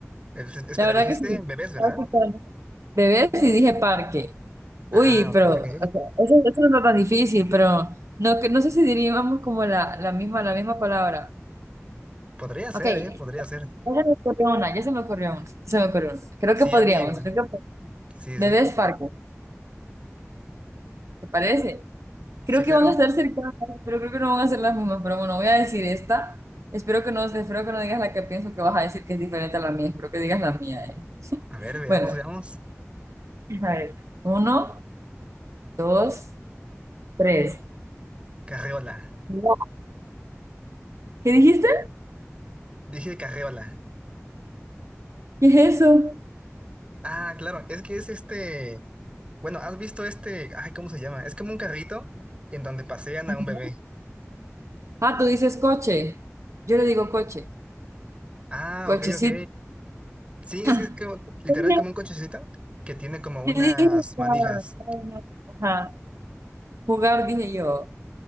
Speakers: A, on the right (about 25°); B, on the right (about 75°).
A: Es- Espera,
B: La verdad
A: dijiste
B: que sí.
A: bebés, ¿verdad?
B: Básicamente. Bebés y dije parque.
A: Ah,
B: Uy,
A: ok,
B: pero
A: ok.
B: o sea, eso, eso no está tan difícil, pero no, que- no sé si diríamos como la, la misma, la misma palabra.
A: Podría ser,
B: Ok, ya
A: ¿eh? Podría ser.
B: se me ocurrió una, ya se me ocurrió una, ya se me ocurrió una. Creo
A: Sí,
B: que podríamos,
A: a mí igual.
B: creo que po-
A: Sí,
B: bebés
A: sí.
B: parque. ¿Te parece?
A: Sí,
B: Creo
A: claro.
B: que van a estar cercanas, pero creo que no van a ser las mismas. Pero bueno, voy a decir esta. Espero que no, espero que no digas la que pienso que vas a decir que es diferente a la mía. Espero que digas la mía. eh. <laughs>
A: A ver, veamos,
B: Bueno,
A: veamos.
B: a ver. Uno, dos, tres.
A: Carreola.
B: No. ¿Qué dijiste?
A: Dije carreola.
B: ¿Qué es eso?
A: Ah, claro, es que es este... Bueno, ¿has visto este... Ay, ¿cómo se llama? Es como un carrito en donde pasean
B: Ajá.
A: a un bebé.
B: Ah, tú dices coche. Yo le digo coche.
A: Ah,
B: Cochecito.
A: ok, ok. Sí, es
B: <laughs>
A: que es como, literal
B: Yo
A: como un cochecito que tiene como
B: dije,
A: unas manijas.
B: ah, bueno, ajá. Jugar, dije yo.